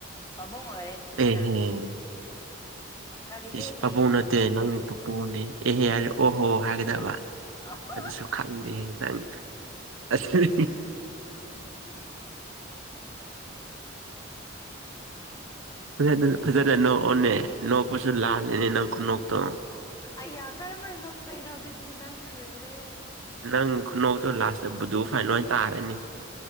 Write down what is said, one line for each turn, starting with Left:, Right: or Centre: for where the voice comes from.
Left: ꯄꯥꯕꯨꯡ ꯑꯣꯏꯔꯦ ꯑꯗꯨꯗꯤ
Right: ꯑꯦꯍꯦ
Left: ꯅꯪ ꯀꯔꯤ
Right: ꯏꯁ
Left: ꯑꯦꯍꯦ
Right: ꯄꯥꯕꯨꯡ ꯅꯠꯇꯦ ꯅꯪꯒꯤ ꯄꯨꯄꯨꯅꯤ ꯑꯦꯍꯦ ꯍꯥꯏꯔꯦ ꯑꯣꯍꯣ ꯍꯥꯏꯒꯗꯕ
Left: <unintelligible>
Right: ꯑꯗꯨꯁꯨ ꯈꯪꯗꯦ ꯍꯦ ꯅꯪ ꯑꯁꯤ ꯐꯖꯅ ꯐꯖꯅ ꯅꯣꯛꯑꯣꯅꯦ ꯅꯣꯛꯄꯁꯨ ꯂꯥꯜꯂꯦꯅꯦ ꯅꯪ ꯈꯨꯅꯣꯛꯇꯣ
Left: ꯑꯩꯌꯥ ꯀꯔꯝꯃꯥꯏꯟ ꯅꯣꯛꯇꯣꯏꯅꯣ ꯑꯗꯨꯗꯤ ꯅꯪꯁꯨ ꯂꯣꯏꯔꯦꯍꯦ
Right: ꯅꯪ ꯈꯨꯅꯣꯛꯇꯨ ꯂꯥꯁꯇ ꯕꯨꯗꯨ ꯐꯥꯏꯟ ꯑꯣꯏꯅ ꯇꯥꯔꯅꯤ